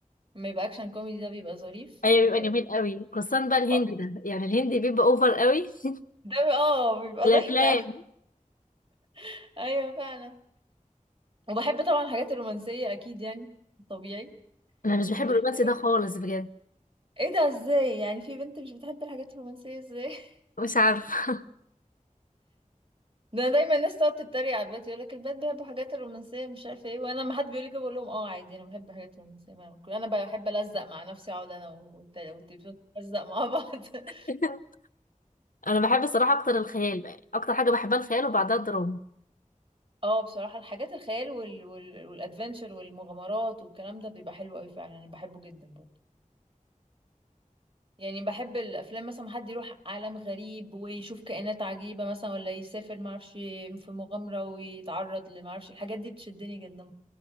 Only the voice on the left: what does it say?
ايوه
بيبقى جميل قوي خصوصا بقى الهندي
ده يعني الهندي بيبقى اوفر قوي <laughs>
الافلام
انا مش بحب
الرومانسي
ده خالص بجد
مش عارفة
<laughs> انا بحب الصراحة اكتر الخيال بقى اكتر حاجة بحبها الخيال وبعدها الدراما